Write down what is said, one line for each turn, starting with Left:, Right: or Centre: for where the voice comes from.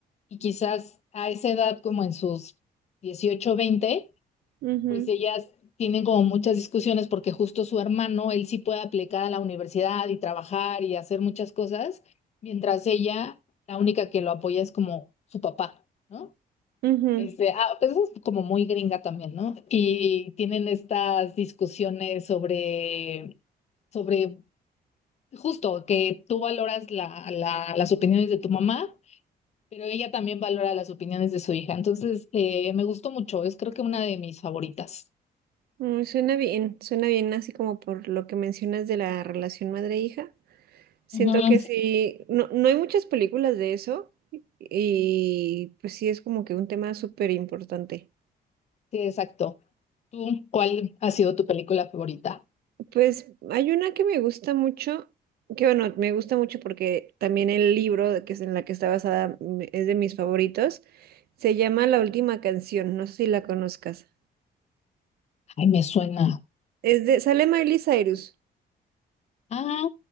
Left: y quizás a esa edad, como en sus dieciocho veinte
Right: Ujú,
Left: pues ellas tienen como muchas discusiones porque justo su hermano, él sí puede aplicar a la universidad y trabajar y hacer muchas cosas, mientras ella, la única que lo apoya es como su papá, ¿no?
Right: ujú.
Left: Este, ah, pues eso es como muy gringa también, ¿no? Y tienen estas discusiones sobre, sobre justo que tú valoras la, la- las opiniones de tu mamá, pero ella también valora las opiniones de su hija. Entonces, eh, me gustó mucho, es creo que una de mis favoritas.
Right: Mm, Suena bien, suena bien así como por lo que mencionas de la relación madre-hija. Siento
Left: Ujú.
Right: que sí, no, no hay muchas películas de eso y pues sí es como que un tema súper importante.
Left: Sí, exacto. ¿Tú cuál ha sido tu película favorita?
Right: Pues hay una que me gusta mucho, que bueno, me gusta mucho porque también el libro de que es en la que está basada mm, es de mis favoritos. Se llama La Última Canción, no sé si la conozcas.
Left: Ay, me suena.
Right: Es de, sale Miley Cyrus.
Left: Ah,